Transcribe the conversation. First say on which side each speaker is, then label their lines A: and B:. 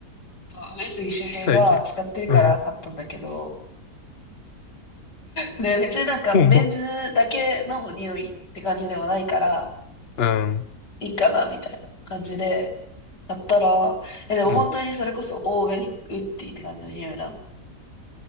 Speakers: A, on the left; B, on the left.
A: そう、上杉周平が使ってるから買ったんだけど、
B: 最近。うん。
A: で、別になんかメンズだけの匂いって感じでもないから、
B: もう、うん。
A: いいかな、みたいな感じで、やったら、え、でも本当にそれこそオーガニックウッディって感じの匂いなの。
B: うん。